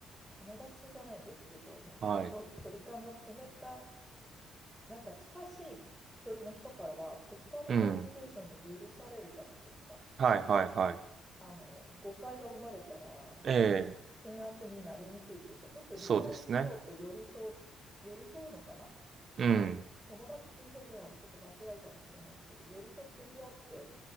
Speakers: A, in the centre; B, on the right.
A: う、友達じゃないんですけど、なんだろう、
B: はい。
A: 距離、距離感が詰めた、なんか近しい距離の人からは適当なコミュニケーションも許されるじゃないですか。
B: うん。はい、はい、はい。
A: あの、誤解が生まれたら、
B: ええ、
A: 険悪になりにくいというか、ちょっと理解しようと寄り添う、
B: そうですね。
A: 寄り添うのかな
B: うん。
A: これ、友達っていう表現はちょっと間違いかもしれないんですけど、寄り添ってみようって